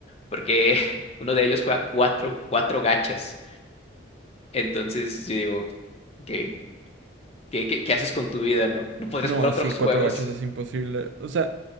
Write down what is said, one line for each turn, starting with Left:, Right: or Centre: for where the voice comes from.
Left: porque <laughs> uno de ellos juega cuatro, cuatro gachas. Entonces yo digo, ¿qué, qué, qué, qué haces con tu vida, no? ¿No podrías
Right: No,
Left: jugar otros
Right: sí, cuatro
Left: juegos?
Right: gachos es imposible. O sea,